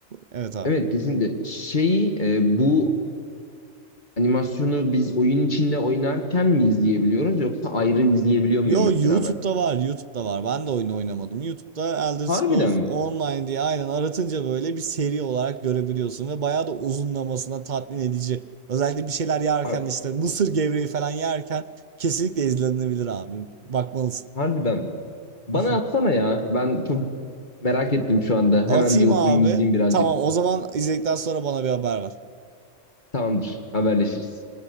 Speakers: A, on the right; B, on the left.
A: Evet abi.
B: evet kesinlikle şeyi e, bu animasyonu biz oyun içinde oynarken mi izleyebiliyoruz yoksa ayrı izleyebiliyor
A: Yo
B: muyum mesela
A: YouTube'da
B: ben?
A: var, YouTube'da var. Ben de oyunu oynamadım. YouTube'da Elder
B: Harbiden
A: Scrolls
B: mi?
A: Online diye aynen aratınca böyle bir seri olarak görebiliyorsun ve bayağı da uzunlamasına tatmin edici. Özellikle bir şeyler yerken
B: Ha-
A: işte mısır gevreği falan yerken kesinlikle izlenebilir abi. Bakmalısın.
B: Harbiden mi? Bana
A: <laughs>
B: atsana ya. Ben çok merak ettim şu anda.
A: Atayım
B: Hemen bir oturayım
A: abi.
B: izleyeyim birazcık.
A: Tamam o zaman izledikten sonra bana bir haber ver.
B: Tamamdır. Haberleşiriz.